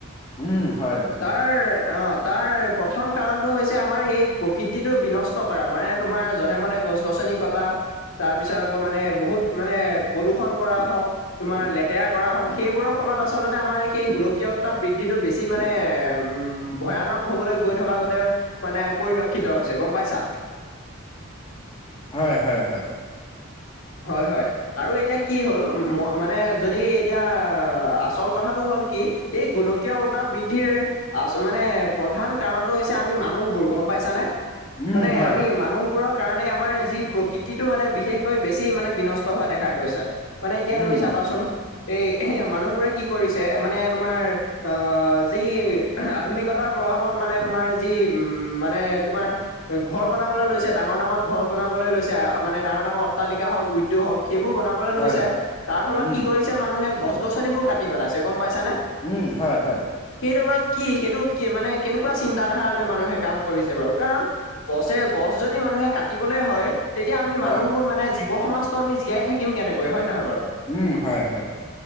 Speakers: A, on the left (about 25°); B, on the left (about 80°).
A: উম হয় হয়।
B: তাৰ অ তাৰ প্ৰথম কাৰণটো হৈছে আমাৰ সেই প্ৰকৃতিটো বিনষ্ট, কষ্ট কৰা মানে তোমাৰ জধে মধে গছ গছনি কটা তাৰ পিছত আকৌ মানে বহুত মানে প্ৰদূষণ কৰা হওক। তোমাৰ লেতেৰা কৰা হওক সেইবোৰৰ ফলত আচলতে আমাৰ সেই গোলকীয় উত্তাপ, বৃদ্ধিটো বেছি মানে উম ভয়ানক হ'বলৈ গৈ থকা গোতে, মানে পৰিলক্ষিত হৈছে গম পাইছা।
A: হয় হয় হয়।
B: হয় হয়। আৰু এতিয়া কি হ'ল ম মানে যদি এতিয়া আচল কথাটো হ'ল কি। এই গুল কীয় উত্তাপ বৃদ্ধিৰ মানে প্ৰধান কাৰণতটো হৈছে আমি মানুহবোৰ গম পাইছানে।
A: উম
B: মানে
A: হয়।
B: আমি মানুহ বোৰক, কাৰণে আমাৰ যি প্ৰকৃতিটো মানে বিশেষকৈ বেছি মানে বিনষ্ট হোৱা দেখা গৈছে। মানে এতিয়া
A: উম
B: তুমি চাবাচোন এই এ মানুহবোৰে কি কৰিছে মানে তোমাৰ। অ যি আধুনিকতাৰ প্ৰভাৱত মানে তোমাৰ যি উম মানে তোমাৰ। ঘৰ বনাবলৈ লৈছে ডাঙৰ ডাঙৰ ঘৰ বনাবলৈ লৈছে মানে ডাঙৰ ডাঙৰ অট্টালিকা হওক উদ্যোগ হওক। সেইবোৰ বনাবলৈ
A: হয়।
B: লৈছে তাৰ ফলত
A: উম
B: কি কৰিছে মানুহে গছ গছনিবোৰ কাটি পেলাইছে গম পাইছানে।
A: উম হয় হয়।
B: সেইটো বাৰু কি সেইটো কি মানে কেনেকুৱা চিন্ত ধাৰা লৈ মানুহে কাম কৰিছে বাৰু কাৰণ, গছে গছ যদি মানুহে কাটিবলে হয়। তেতিয়া আমি
A: হয়।
B: মানুহবোৰ মানে জীৱ সমাজতটো আমি জীয়াই থাকম কেনেকৈ হয় নহয় বাৰু
A: উম হয় হয়।